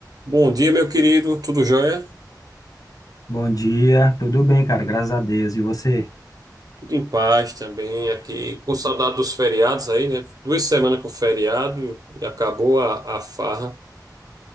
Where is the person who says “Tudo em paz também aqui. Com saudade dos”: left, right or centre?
Right